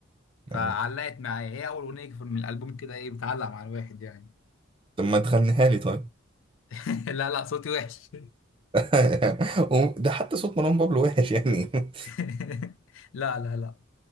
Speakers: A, on the left; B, on the right.
A: فعلقت
B: أيوه
A: معايا هي اول اغنيه في- من الالبوم كده ايه بتعلق مع الواحد يعني
B: طب ما تغنيها لي طيب
A: <laughs> لا لا صوتي وحش
B: <laughs> ده حتى صوت مروان بابلو وحش يعني <laughs>
A: <laughs> لا لا لا